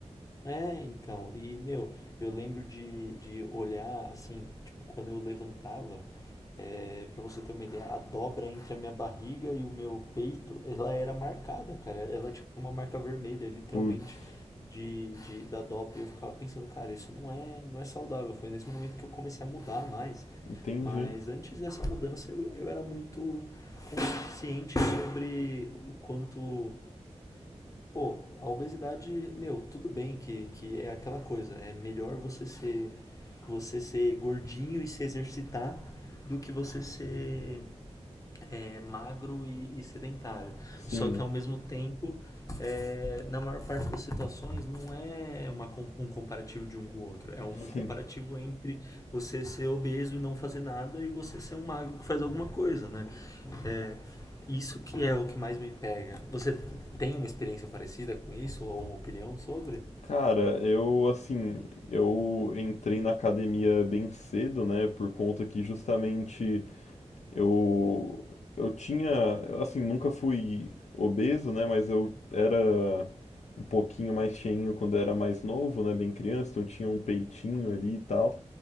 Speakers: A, on the left (about 30°); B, on the left (about 75°).
A: É, então, e meu, eu lembro de, de olhar assim, tipo, quando eu levantava, é, para você ter uma ideia, a dobra entre a minha barriga e o meu peito, ela era marcada, cara. Ela tinha uma marca vermelha, literalmente,
B: Putz.
A: de, de, da dobra. E eu ficava pensando, cara, isso não é, não é saudável. Foi nesse momento que eu comecei a mudar mais.
B: Entendi.
A: Mas antes dessa mudança, eu, eu era muito consciente sobre o quanto Pô, a obesidade, meu, tudo bem que, que é aquela coisa. É melhor você ser você ser gordinho e se exercitar do que você ser é, magro e, e sedentário.
B: Sim,
A: Só que ao mesmo tempo, é, na maior parte das situações, não é uma, com- um comparativo de um com o outro. É um
B: sim.
A: comparativo entre você ser obeso e não fazer nada e você ser um magro que faz alguma coisa, né? É, isso que é o que mais me pega. Você tem uma experiência parecida com isso ou uma opinião sobre?
B: Cara, eu assim, eu entrei na academia bem cedo, né, por conta que justamente eu eu tinha, assim, nunca fui obeso, né, mas eu era um pouquinho mais cheinho quando era mais novo, né, bem criança, então eu tinha um peitinho ali e tal.